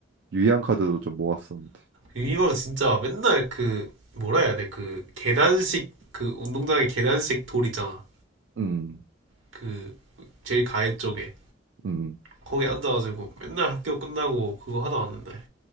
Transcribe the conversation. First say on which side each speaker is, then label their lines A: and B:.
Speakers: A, on the right; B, on the right.
A: 유의한 카드로 좀 모았었는데.
B: 이왕 진짜 맨날 그 뭐라 해야 돼? 그 계단식 그 운동장에 계단식 돌 있잖아.
A: 음,
B: 그 제일 가해 쪽에
A: 음,
B: 거기 앉아가지고 맨날 학교 끝나고 그거 하다 왔는데.